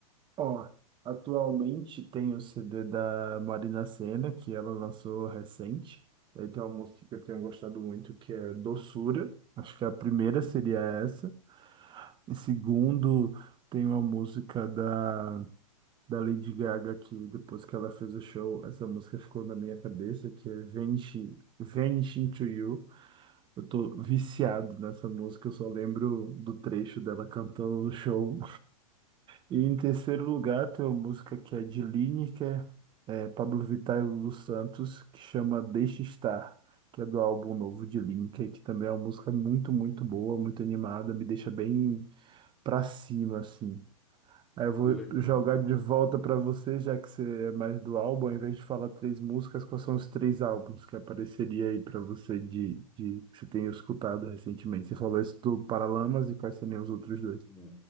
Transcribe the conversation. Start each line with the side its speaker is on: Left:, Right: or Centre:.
Right: Ó, atualmente tem o CD da Marina Sena, que ela lançou recente. Aí tem uma música que eu tenho gostado muito, que é Doçura. Acho que a primeira seria essa. E segundo, tem uma música da, da Lady Gaga, que depois que ela fez o show, essa música ficou na minha cabeça, que é Venge, Venge Into You. Eu tô viciado nessa música, eu só lembro do trecho dela cantando no show. E em terceiro lugar, tem uma música que é de Lineker, é, é Pablo Vittar e Lulu Santos, que chama Deixa Estar, que é do álbum novo de Lineker, que também é uma música muito, muito boa, muito animada, me deixa bem pra cima, assim. Aí eu vou
Centre: Que legal.
Right: jogar de volta pra você, já que você é mais do álbum, ao invés de falar três músicas, quais são os três álbuns que apareceria aí pra você de, de que você tenha escutado recentemente? Você falou esse do Paralamas e quais seriam os outros dois?
Centre: É.